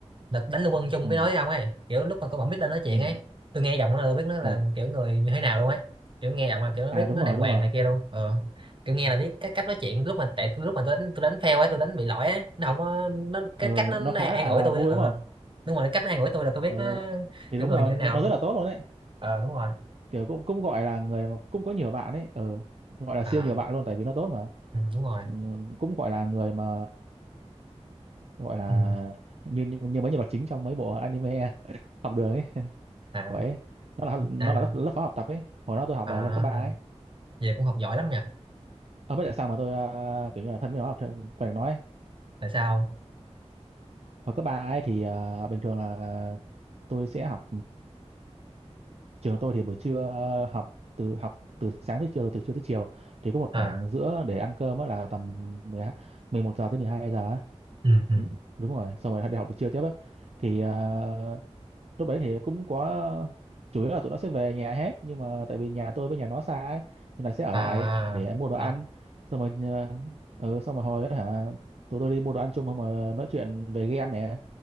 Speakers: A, on the right; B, on the right.
A: đợt đánh Lưu Quân chung
B: ừ
A: với nói với ông ấy kiểu lúc mà có bọn Mít lên nói chuyện
B: ừ
A: ấy tôi nghe giọng nó là tôi biết nó là
B: ừ
A: kiểu người như thế nào luôn ấy kiểu nghe giọng là kiểu nó
B: à
A: biết
B: đúng
A: nó
B: rồi
A: đàng
B: đúng
A: hoàng
B: rồi
A: này kia luôn ờ kiểu nghe là biết cái cách nói chuyện lúc mà tại lúc mà tôi đánh tôi đánh fail ấy tôi đánh bị lỗi ấy nó không có nó
B: ừ,
A: cái cách nó,
B: nó
A: nó
B: khá
A: an
B: là
A: ủi tôi
B: vui
A: ấy. ờ
B: đúng không
A: đúng rồi cái cách nó an ủi tôi là tôi biết
B: ừ
A: nó
B: thì
A: kiểu
B: đúng
A: người
B: rồi
A: như thế nào
B: nó, nó rất
A: luôn
B: là tốt luôn đấy
A: ờ đúng rồi
B: kiểu cũng cũng gọi là người mà cũng có nhiều bạn ấy ừ. gọi là siêu
A: à
B: nhiều bạn luôn tại vì nó tốt mà
A: ừ, đúng rồi
B: ừ. cũng gọi là người mà gọi là
A: ừ.
B: như như, như mấy nhân vật chính trong mấy bộ anime học đường ấy <laughs>
A: à
B: vậy ấy. nó là nó
A: à
B: là lớp, lớp phó học tập ấy hồi đó tôi học
A: à
B: ở lớp cấp ba ấy
A: vậy cũng học giỏi lắm nhỉ
B: ông biết tại sao mà tôi ờ, kiểu như là thân với nó học quen nói ấy.
A: tại sao
B: hồi cấp ba ấy thì ờ, bình thường là tôi sẽ học trường tôi thì buổi trưa học từ học từ sáng tới chiều rồi từ trưa tới chiều thì có một
A: à
B: khoảng giữa để ăn cơm á là tầm 12 11 giờ tới 12 giờ á.
A: ừ ừ
B: Ừ, đúng rồi xong rồi đi học buổi trưa tiếp á thì ờ, lúc đấy thì cũng có chủ yếu là tụi nó sẽ về nhà hết nhưng mà tại vì nhà tôi với nhà nó xa ấy nên là sẽ ở
A: à
B: lại để mua đồ ăn
A: à,
B: xong rồi ờ, ừ, xong rồi hồi ấy, hả tụi tôi đi mua đồ ăn chung xong rồi nói chuyện về game nè